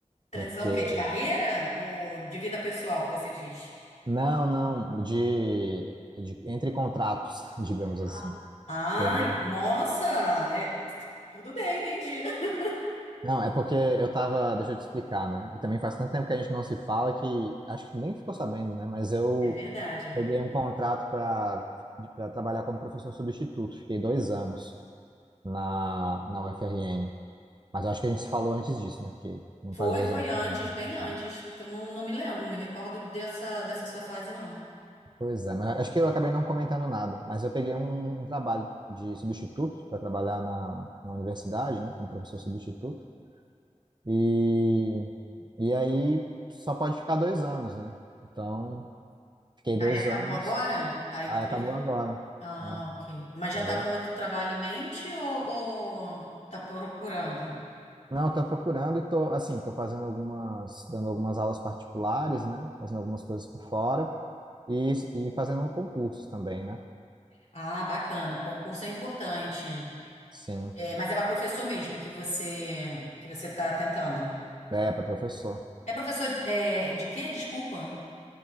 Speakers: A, on the left (about 65°); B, on the right (about 35°).
A: Transição
B: Porque.
A: o quê? De carreira? Ou de vida pessoal, que você diz?
B: Não, não, de, de entre contratos, <laughs> digamos
A: Ah,
B: assim.
A: ai,
B: Entendeu?
A: nossa! é- t- tudo bem, entendi. <laughs>
B: Não, é porque eu tava. Deixa eu te explicar, né? E também faz tanto tempo que a gente não se fala que acho que nem ficou sabendo, né? Mas eu
A: É verdade.
B: peguei um contrato para para trabalhar como professor substituto. Fiquei dois anos. na, na UFRN. Mas eu acho que a gente se falou antes disso, né? Porque não
A: Foi,
B: faz dois
A: foi
B: anos
A: antes,
B: que.
A: bem antes,
B: não.
A: porque eu não, não me lembro, não me recordo dessa, dessa sua fase, não.
B: Pois é, mas acho que eu acabei não comentando nada. Mas eu peguei um, um trabalho de substituto para trabalhar na, na universidade, né? Como professor substituto. E, e aí só pode ficar dois anos, né? Então, fiquei
A: Aí
B: dois
A: acabou
B: anos,
A: agora? Aí
B: aí
A: por
B: acabou
A: isso.
B: agora.
A: Ah,
B: É,
A: ok. Mas já
B: entendeu?
A: tá com outro trabalho em mente ou, ou tá procurando?
B: Não, estou procurando e tô, assim, tô fazendo algumas, dando algumas aulas particulares, né? Fazendo algumas coisas por fora. E, e fazendo concurso também, né?
A: Ah, bacana. Concurso é importante.
B: Sim.
A: É, mas é para professor mesmo que você que você tá tentando.
B: É, para professor.
A: É professor é, de quê? Desculpa.